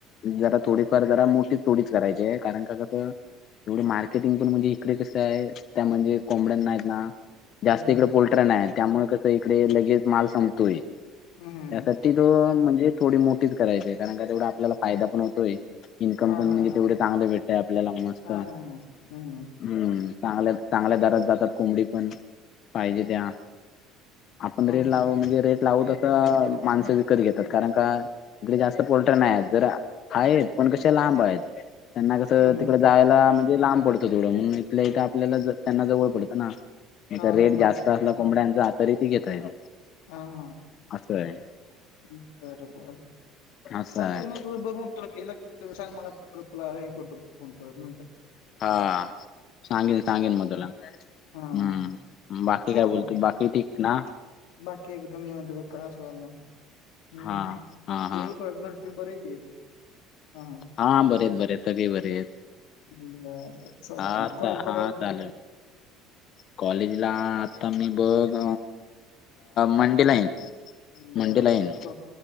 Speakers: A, on the left; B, on the left.
A: जरां थोडीफांर जरां मोठी थोडीच करांयची आहे कारणं कां कसं एवढं मार्केटिंग पणं म्हणजे इकडे कसं आहे त्यां म्हणजे कोॉंबड्यांना आहेतं नां जास्तं
B: हा.
A: इकडे पोल्ट्र नाहीं त्यामुळें कसं इकडे लगेच मालं संपतोय
B: हम्म.
A: त्यांसाठी तो म्हणजे थोडी मोठीचं करांयची आहे कारणं कां तेवढां आपल्यांला फायंदा पणं होतोय इन्कंम
B: हा, हा,
A: पणं म्हणजे
B: हा.
A: तेवढे चांगले भेटतंय आपल्यांला मस्तं
B: हा, हा. हम्म.
A: हम्मं चांगल्या चांगल्या दरांत जातांत कोंबडी पणं पाहिजे त्यां आपणं
B: हम्म.
A: रेंट लांव म्हणजे रेंट लावूं तसं माणसं विकतं घेतातं कारणं कां इकडे जास्त पोल्ट्री नाही आहेत. जर आहेत. पण कशे लांब आहेत. त्यांना कसं
B: हम्म.
A: तिकड जायला म्हणजे लांब पडतं थोड. म्हणून इथल्या इथं आपल्याला त्यांना जवळ पडतं ना? इथ
B: हा, हा.
A: रेट जास्त असला कोंबड्यांचा तरी ते घेता येत.
B: हा हा.
A: असं आहे.
B: बर बर
A: असं
B: चालतंय
A: आहे
B: मग तुझ -बघ मग तुला काय किती लागतय? त सांग मला तुला - तुला हे करतो. फोन करत नाही.
A: हा सांगेन सांगेन मग तुला. हम्म
B: हा.
A: बाकी
B: ठेवू
A: काय बोलतो?
B: मग?
A: बाकी ठीक ना?
B: बाकी एकदम निवांत बघ का सुदा नाई. हम्म
A: हा हा
B: तुझ
A: हा
B: कर. घरची बरी आहेती. हा हा
A: हां बरे आहेत. बरे आहेत. सगळी बरी आहेत.
B: बरं बरं चालतंय
A: हा
B: आता काॅलेजला
A: हा
B: कवा येणार
A: चालेल
B: आहेस?
A: कॉलेजला आता मी बघ मंडे ला येईन.
B: बरं,
A: मंडेला येईन
B: बरं. चाल